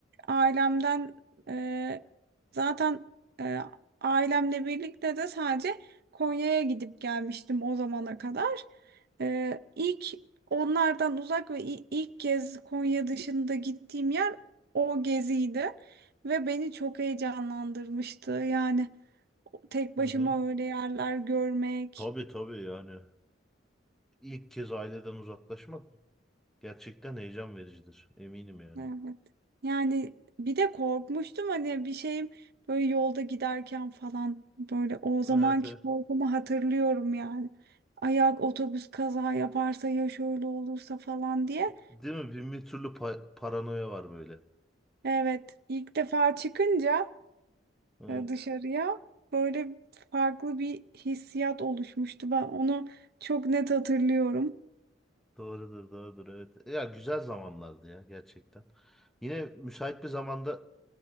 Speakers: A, on the right (about 55°); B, in the centre.
A: ailemden e, zaten e, ailemle birlikte de sadece Konya'ya gidip gelmiştim o zamana kadar. E, ilk onlardan uzak ve i- ilk kez Konya dışında gittiğim yer o geziydi. Ve beni çok heyecanlandırmıştı. Yani o- tek
B: Hı
A: başıma
B: hı.
A: öyle yerler görmek.
B: Tabii tabii yani. İlk kez aileden uzaklaşmak gerçekten heyecan vericidir. Eminim yani.
A: Evet. Yani bir de korkmuştum hani bir şeyim böyle yolda giderken falan böyle o zamanki
B: Evet evet.
A: korkumu hatırlıyorum yani. Ayak otobüs kaza yaparsa ya şöyle olursa falan diye.
B: Değil mi? Bin bir türlü pa- paranoya var böyle.
A: Evet, ilk defa çıkınca
B: Evet.
A: e, dışarıya böyle farklı bir hissiyat oluşmuştu. Ben onu çok net hatırlıyorum.
B: Doğrudur, doğrudur. Evet. Ya güzel zamanlardı ya gerçekten. Yine müsait bir zamanda